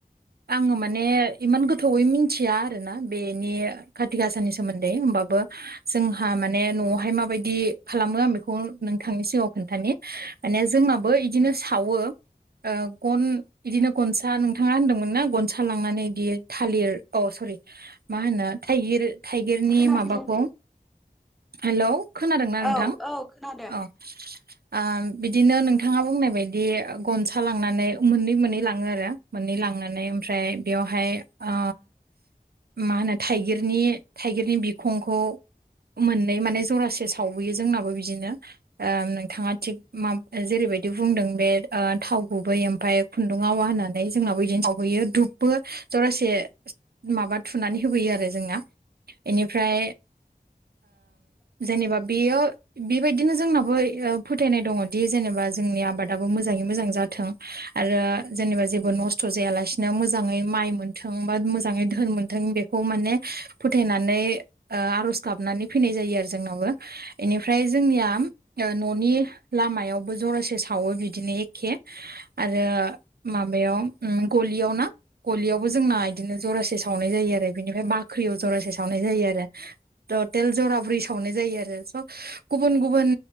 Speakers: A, on the right; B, in the centre.
A: आङो माने इमान गोथौयै मिथिया आरोना बेनि कारति गासानि सोमोन्दै होमबाबो जोंहा माने न'आवहाय माबायदि खालामो आं बेखौ नोंथांनि सिगाङाव खोन्थानि माने जोंनाबो इदिनो सावो गन बिदिनो गनसा नोंथाङा होनदोंमोन ना गनसा लांनानै बिदि थालिर औ सरि मा होनो थाइगिर थाइगिरनि
B: खोनाफैयाखै
A: माबाखौ हेलौ खोनादोंना नोंथां
B: औ औ खोनादों
A: औ आ बिदिनो नोंथाङा बुंनाय बायदि गनसा लांनानै मोननै मोनै मोनै लाङो आरो मोननै लांनानै ओमफ्राय बेयावहाय ओ मा होनो थाइगिरनि बिखंखौ मोननै माने जरासे सावबोयो जोंनो बिनो ओ नोंथाङा थिग जेरैबाय बे थाव गुबै ओमफाय खुन्दुं आवा होननानै जोंनाबो बिदिनो मावबोयो धुबबो जरासे माबा थुनानै होबोयो आरो जोंना इनिफ्राय जेनेबा बेयो बेबायदिनो जोंनाबो फोथायनाय दङदि जेनेबा जोंनि आबादाबो मोजाङै मोजां जाथों। आरो जेनेबा जेबो नस्थ' जायालासिनो मोजाङै माइ मोनथों बा मोजाङै धोन मोनथों बेखौ माने फोथायनानै आरज गाबनानै फैनाय जायो आरो जोंनाबो इनिफ्राय जोंनिया ननि लामायावबो जरासे सावो बिदिनो एखे आरो माबायाव गलियाव ना गलियावबो जोंना बिदिनो जरासे सावनाय जायो आरो बिनिफ्राय बाख्रियाव जरासे सावनाय जायो आरो टेल जराब्रै सावनाय जायो आरो स गुबुन गुबुन